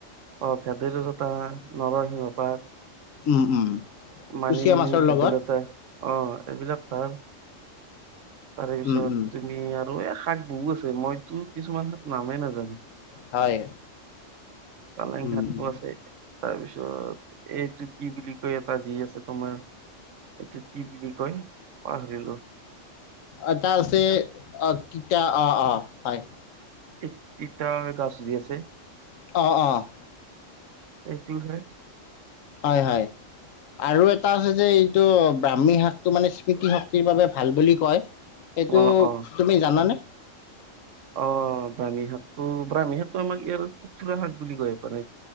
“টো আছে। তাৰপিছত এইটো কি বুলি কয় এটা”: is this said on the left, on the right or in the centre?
Right